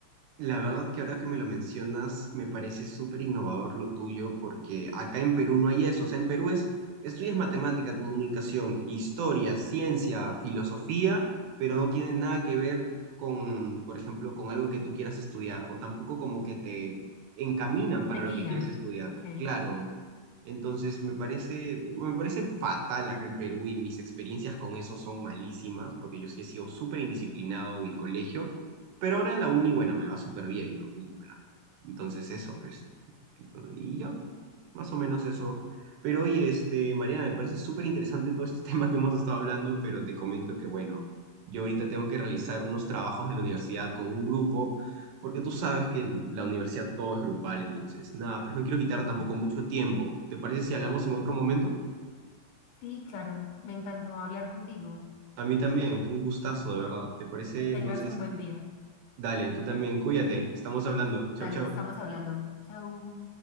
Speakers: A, on the right; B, on the left.
A: La verdad que ahora que me lo mencionas, me parece súper innovador lo tuyo, porque acá en Perú no hay eso. O sea, en Perú es, estudias matemática, comunicación, historia, ciencia, filosofía, pero no tiene nada que ver con, por ejemplo, con algo que tú quieras estudiar, o tampoco como que te encaminan para
B: te guían,
A: lo que quieres estudiar.
B: ¿ok?
A: Claro. Entonces, me parece, me parece fatal acá en Perú y mis experiencias con eso son malísimas, porque yo sí he sido súper indisciplinado en el colegio pero ahora en la uni, bueno, me va súper bien, ¿no? Y bueno, entonces eso, pues. Entonces, Y ya, más o menos eso. Pero oye, este, Mariana, me parece súper interesante todo este <laughs> tema que hemos estado hablando, pero te comento que, bueno, yo ahorita tengo que realizar unos trabajos de la universidad con un grupo, porque tú sabes que el- la universidad todo es grupal, entonces, nada, pues no quiero quitar tampoco
B: Sí.
A: mucho tiempo. ¿Te parece si hablamos en otro momento?
B: Sí, claro, me encantó hablar contigo.
A: A mí también, fue un gustazo, de verdad. ¿Te parece?
B: Que
A: Entonces,
B: tengas un buen día.
A: dale, tú también, cuídate, estamos hablando. Chau,
B: Dale,
A: chau.
B: estamos hablando. Chau.